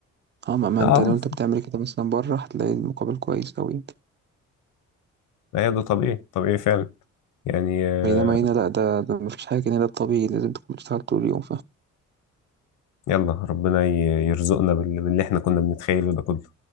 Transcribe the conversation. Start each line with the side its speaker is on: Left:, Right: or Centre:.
Right: اه ما, ما
Left: اه
Right: انت لو انت بتعمل كده مثلا بره هتلاقي المقابل كويس أوي يعني.
Left: ايوه ده طبيعي طبيعي فعلا يعني آه،
Right: بينما هنا لأ ده ده مفيش حاجة كده ده الطبيعي لازم تكون بتشتغل طول اليوم
Left: يلا ربنا ي- يرزقنا بال- باللي احنا كنا بنتخيله ده كله